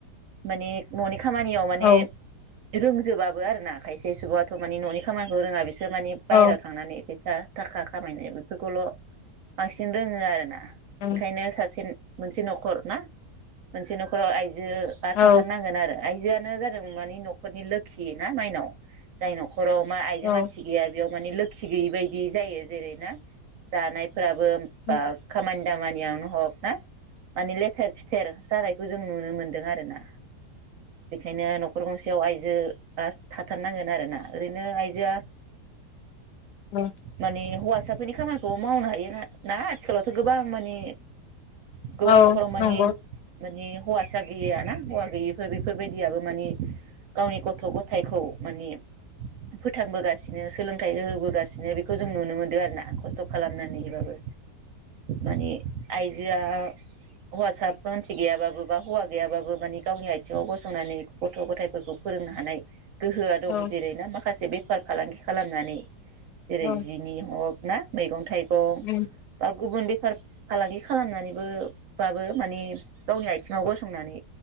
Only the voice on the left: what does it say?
औ
औ
उम
औ
औ
उम
उम
औ औ
नंगौ
औ
औ
उम